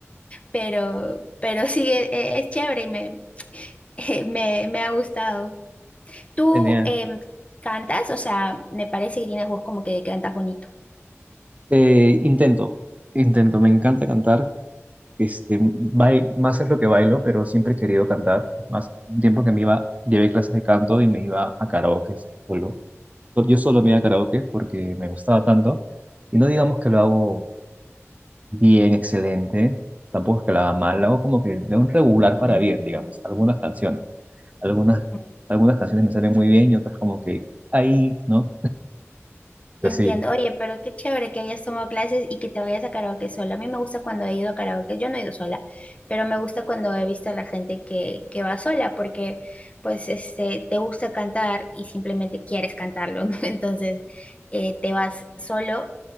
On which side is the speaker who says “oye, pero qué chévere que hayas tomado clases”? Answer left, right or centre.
Left